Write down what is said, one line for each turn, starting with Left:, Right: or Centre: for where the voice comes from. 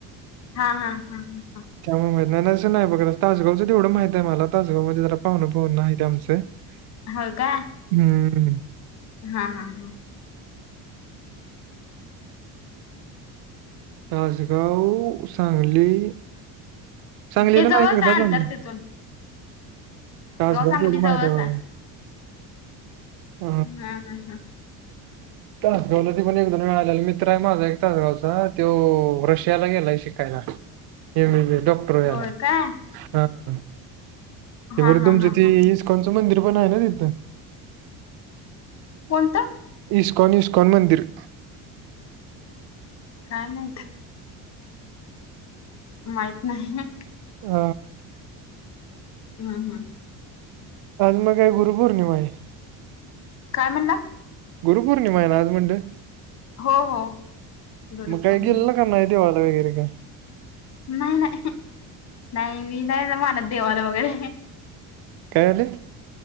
Left: हा हा हा हा हा.
Right: त्यामुळे माहित नाही असं नाही बघत तासगावचं तेवढं माहित आहे मला तासगाव मध्ये जरा पाहुणं पाहुणं आहेत आमचं <unintelligible>
Left: होय का?
Right: हम्म.
Left: हां, हा हा.
Right: तासगाव, सांगली. सांगलीला
Left: ते जवळच
Right: नाही एकदाच
Left: आहे अंतर
Right: आलेलो,
Left: तिथून
Right: तासगाव
Left: सांगली
Right: तेवढं माहिते
Left: जवळच
Right: बघा.
Left: आहे
Right: <unintelligible> हं.
Left: हां, हा हा.
Right: तासगावला ते पण एक दोन वेळा आलेलो, मित्र आहे माझा एक तासगावचा, तेव रशियाला गेलाय शिकायला. M B B S doctor व्हायला,
Left: होय काय
Right: हां. ते
Left: हा
Right: बर
Left: हा
Right: तुमचं
Left: हा
Right: ती
Left: हा ह
Right: इस्कॉनचं मंदिर पण आहे ना तिथं.
Left: कोणतं?
Right: इस्कॉन इस्कॉन मंदिर.
Left: काय माहीत. माहित नाही.
Right: आ.
Left: हम्म हम्म.
Right: आज मग काय गुरुपौर्णिमा आहे.
Left: काय म्हणला?
Right: गुरुपौर्णिमा आहे ना आज म्हणलं,
Left: हो हो गुरुपौर्णिमा
Right: मग काय गेलेला का? नाही देवाला वगैरे काय.
Left: नाही नाही, नाही मी नाही ना मानत देवाला वगैरे.
Right: काय म्हणली?